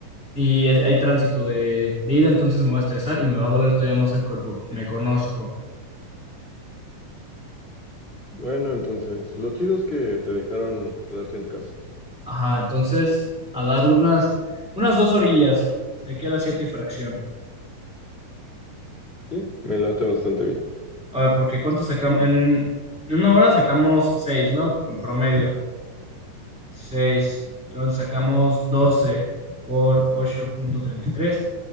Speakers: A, in the centre; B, on the left.
A: Y es- hay tránsito de, de ida, entonces me voy a estresar y me va a doler todavía más el cuerpo. Me conozco.
B: Bueno, entonces, lo chido es que te dejaron quedarte en casa.
A: Ajá, entonces, a darle unas, unas dos orillas, de aquí a las siete y fracción.
B: Sí, me late bastante bien.
A: A ver, porque ¿cuánto sacamos? En, en una hora sacamos seis, ¿no? En promedio. seis, Entonces sacamos 12 por ocho punto treinta y tres,